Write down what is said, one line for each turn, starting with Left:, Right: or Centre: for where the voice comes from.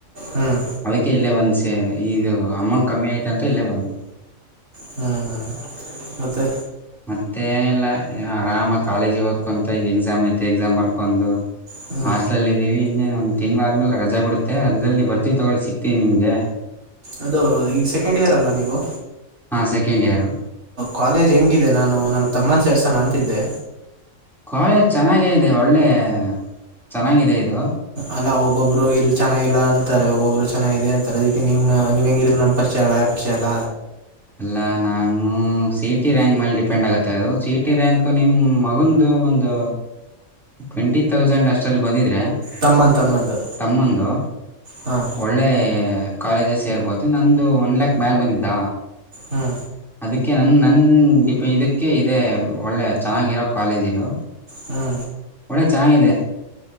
Right: ಹ್ಮ್
Centre: ಅದಕ್ಕೆ ಇಲ್ಲೇ ಬಂದು ಸ ಈಗ ಅಮೌಂಟ್ ಕಮ್ಮಿ ಆಯತ ಅಂತ ಇಲ್ಲೇ ಬಂದು
Right: ಹ್ಮ್ ಹಾ ಮತ್ತೆ
Centre: ಮತ್ತೇ ಏನಿಲ್ಲ ಆರಾಮಾಗಿ ಕಾಲೇಜಿಗೆ ಓದ್ಕೊಂತ ಈಗ ಎಕ್ಸಾಮ್ ಐತೆ ಎಕ್ಸಾಮ್ ಬರ್ಕೊಂಡು
Right: ಹ್ಞೂ
Centre: ಹಾಸ್ಟಲ್ಲಲ್ಲಿ ಇದೀವಿ ಇನ್ನೇನು ಒಂದು ತಿಂಗಳ ಆದ್ಮೇಲೆ ರಜೆ ಬಿಡುತ್ತೆ ರಜದಲ್ಲಿ ಬರ್ತೀವಿ ತೊಗೊಳಿ ಸಿಕ್ತೀವಿ ನಿಮಗೆ
Right: ಅದು ಈಗ ಸೆಕೆಂಡ್ ಇಯರ್ ಅಲ್ಲ ನೀವು
Centre: ಹಾ ಸೆಕೆಂಡ್ ಇಯರು
Right: ಕಾಲೇಜ್ ಹೆಂಗಿದೆ ನಾನು ನಮ್ಮ ತಮ್ಮನ ಸೇರ್ಸಾನ ಅಂತಿದ್ದೆ
Centre: ಕಾಲೇಜ್ ಚೆನ್ನಾಗ ಇದೆ ಒಳ್ಳೆ ಚೆನ್ನಾಗಿದೆ ಇದು
Right: ಅಲ್ಲಾ ಒಬ್ಬೊಬ್ರು ಇಲ್ ಚೆನ್ನಾಗಿಲ್ಲ ಅಂತಾರೆ ಒಬ್ಬೊಬ್ಬರು ಚೆನ್ನಾಗಿದೆ ಅಂತಾರೆ ಅದಕ್ಕೆ ನಿಮ ನೀವ್ ಹೆಂಗಿದ್ರ ನಮ ಪರಚೆಲ ಪ್ರಚೆಲ
Centre: ಎಲ್ಲ ನಾನು ಸಿಇಟಿ ರೆಂಕ್ ಮೇಲೆ ಡಿಪೆಂಡ್ ಆಗುತ್ತೆ ಅದು ಸಿಇಟಿ ರೆಂಕ್ ನಿಮ್ ನಿಮ ಮಗಂದು ಒಂದು ಟ್ವೆಂಟಿ ತೌಸಂಡ್ ಅಷ್ಟಲ್ಲಿ ಬಂದಿದರೆ
Right: ತಮ್ಮನ ತಮ್ಮಂದು
Centre: ತಮ್ಮಂದು
Right: ಹಾಂ
Centre: ಒಳ್ಳೆ ಕಾಲೇಜಸ್ ಸೇರ್ಬೋದು ನಂದು ಒನ್ ಲ್ಯಾಕ್ ಮೆಲ್ ಬಂದಿದ್ದ
Right: ಹಾ
Centre: ಅದಕ್ಕೆ ನನ್ನ ನನ್ನ ಡಿಪೆ ಇದಕ್ಕೆ ಇದೇ ಒಳ್ಳೆ ಚೆನ್ನಾಗಿರೋ ಕಾಲೇಜ್ ಇದು
Right: ಹಾ
Centre: ಒಳ್ಳೆ ಚೆನ್ನಾಗಿದೆ